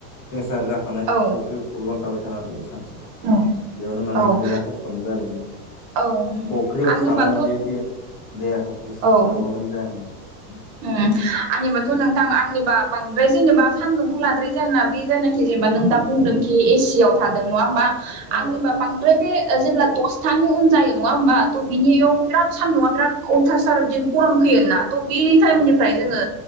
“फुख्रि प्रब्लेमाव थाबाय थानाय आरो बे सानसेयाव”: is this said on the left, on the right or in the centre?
Left